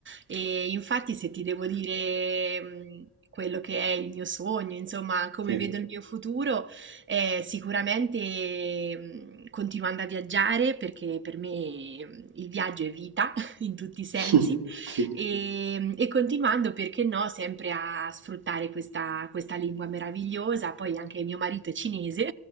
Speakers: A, on the right; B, on the right.
A: E infatti se ti devo dire mh, quello che è il mio sogno, insomma, come
B: Sì.
A: vedo il mio futuro, eh, sicuramente mh, continuando a viaggiare, perché per me mh, il viaggio è vita <laughs> in tutti i sensi.
B: <laughs> Sì.
A: E, e continuando, perché no, sempre a sfruttare questa, questa lingua meravigliosa. Poi anche mio marito è cinese,